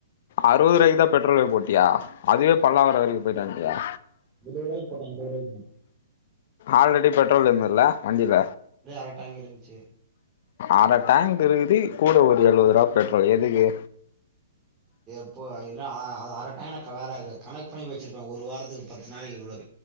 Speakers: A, on the left; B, on the right.
A: அருவது ரூவாய்குதா பெட்ரோலே போட்டியா அதுவே பல்லாவரம் வரைக்கு பெயிட்டு வந்ட்டியா
B: எழுவது ரூபாய்க்கு போட்டே எழுவது ரூபாய்க்கு
A: ஆல்ரெடி பெட்ரோல் இருந்ததுல வண்டில
B: இதே அரட்டேங்கு இருந்துச்சு
A: அற டேங்க் இருக்குது கூட ஒரு எழுவது ரூபா பெட்ரோல் எதுக்கு
B: எப்போ அது என்ன அ அது அரட்டேங்குன்னா கலராகு கணக்கு பண்ணி வச்சிருப்பே ஒரு வாரத்துக்கு பத்து நாளைக்கி இவ்ளவு